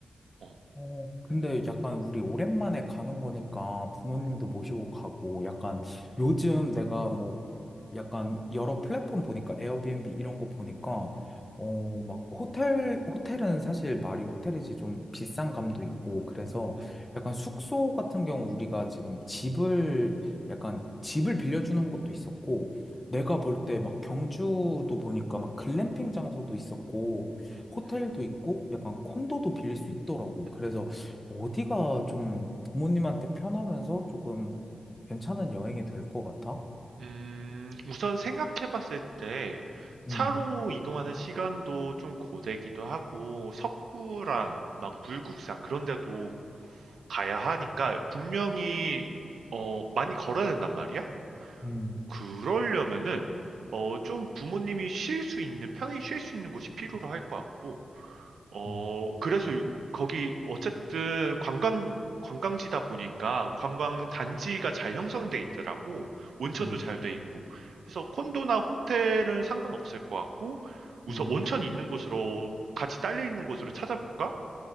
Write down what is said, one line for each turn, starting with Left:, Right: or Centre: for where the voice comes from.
Right: 어.
Left: 어, 근데 약간 우리 오랜만에 가는 거니까 부모님도
Right: 음
Left: 모시고 가고 약간 요즘 내가 뭐 약간 여러 플랫폼 보니까 에어비앤비 이런 거 보니까
Right: 음
Left: 어, 막 호텔, 호텔은 사실 말이 호텔이지 좀 비싼 감도 있고 그래서
Right: 음
Left: 약간 숙소 같은 경우 우리가 지금 집을 약간 집을 빌려주는 것도 있었고 내가 볼 때 막 경주도 보니까 막 글램핑 장소도 있었고
Right: 음
Left: 호텔도
Right: 음.
Left: 있고 약간 콘도도 빌릴 수 있더라고.
Right: 음.
Left: 그래서 어디가 좀 부모님한테 편하면서 조금 괜찮은 여행이 될 것 같아?
Right: 음, 우선 생각해 봤을 때
Left: 음,
Right: 차로 이동하는 시간도 좀 고되기도 하고 석굴암, 막 불국사 그런 데도 가야 하니까 분명히 어, 많이 걸어야 된단 말이야?
Left: 음,
Right: 그러려면은 어, 좀 부모님이 쉴 수 있는 편히 쉴 수 있는 곳이 필요로 할 것 같고 어,
Left: 음,
Right: 그래서 거기 어쨌든 관광, 관광지다 보니까 관광 단지가 잘 형성돼 있더라고. 온천도
Left: 음,
Right: 잘 돼 있고. 그래서 콘도나 호텔은 상관없을 것 같고, 우선
Left: 음.
Right: 온천 있는 곳으로, 같이 딸려 있는 곳으로 찾아볼까?